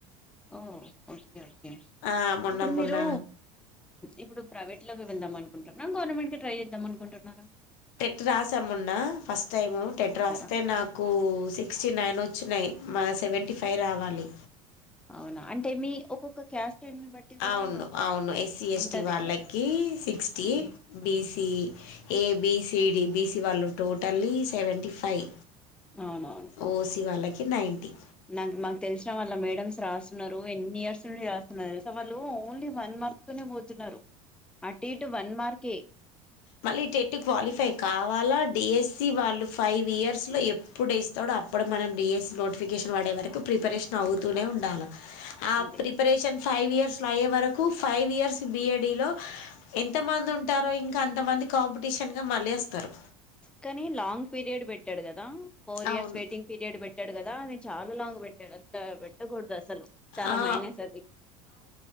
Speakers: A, in the centre; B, on the left (about 65°).
A: um ఓ ఓకే ఓకే
B: ఆ మొన్న
A: ఇప్పుడు
B: మొన్న
A: మీరు ఇప్పుడు ప్రైవేట్ దీనిలోకె వెళ్దాం అనుకుంటున్నా గవర్నమెంట్ క ట్రై చేద్దామ అనుకుంటున్నార
B: టెట్ రాసా మోన్న ఫస్ట్ టైం
A: ఇది
B: టెట్
A: రాసారా
B: రాస్తే నాకు సిక్స్టీ నైన్ వచ్చినయి మ సెవెంటీ ఫైవ్ రావాలి
A: అవున అంటే మీ ఒక్కొక్క క్యాస్ట్ బట్టి కూడా
B: అవును అవును ఎస్సి ఎస్టి
A: ఉంటది
B: వాళ్ళకి
A: కదా
B: sixty
A: um,
B: BC A B C D BC వాళ్ళు టోటల్లీ సెవెంటీ ఫైవ్
A: అవునవును
B: ఓసీ వాళ్ళకి నైంటీ
A: నాక్ మాకు తెలిసిన వల్ల మేడమ్స్ రాస్తున్నరు ఎన్ని ఇయర్స్ నుండి రాస్తున్నారు సో వాళ్ళు ఓన్లీ వన్ మార్కుతోనే పోతున్నారు అటు ఇటు వన్మార్కే
B: మళ్ళి టెట్ క్వాలిఫై కావాలా డీఎస్సి వాళ్ళు ఫైవ్ ఇయర్స్లో ఎప్పుడు వేస్తాడో అప్పుడు మనం డిఎస్సి నోటిఫికేషన్ పడే వరకు ప్రిపరేషన్ అవుతూనే ఉండాల అ
A: అదే
B: ప్రిపరేషన్ ఫైవ్ ఇయర్స్ లయ్యే వరకు ఫైవ్ ఇయర్స్ బిఏడిలో ఎంత మంది ఉంటారో ఇం ఇంక అంతమంది కాంపిటీషన్గా మళ్ళేస్తరు
A: కనీ లాంగ్ పీరియడ్ పెట్టాడు కదా కదా ఫోర్ ఇయర్స్
B: అవును
A: వెయిటింగ్ పీరియడ్ పెట్టాడు కదా చాల లాంగ్ పెట్ అంటె అట్ట పెట్టకూడదు అసలు చాలా
B: ఆ
A: మైనస్ అది